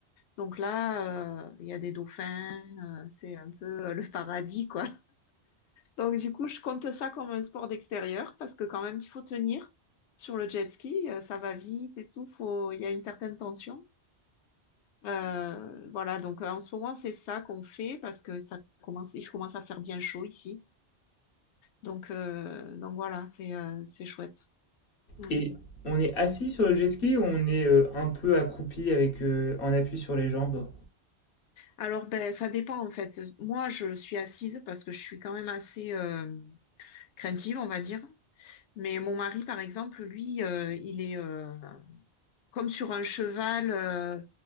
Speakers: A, on the left; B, on the left.
A: Donc là, euh, il y a des dauphins, euh, c'est un peu euh, le paradis quoi. Donc du coup, je compte ça comme un sport d'extérieur parce que quand même il faut tenir sur le jet ski, euh, ça va vite et tout, faut, il y a une certaine tension. Euh, voilà, donc euh, en ce moment, c'est ça qu'on fait parce que ça commence, il commence à faire bien chaud ici. Donc, euh, donc voilà, c'est euh, c'est chouette. Mm.
B: Et on est assis sur le jet ski ou on est euh, un peu accroupi avec euh, en appui sur les jambes?
A: Alors, ben, ça dépend en fait. Moi, je suis assise parce que je suis quand même assez euh, craintive, on va dire. Mais mon mari, par exemple, lui, euh, il est euh, comme sur un cheval euh,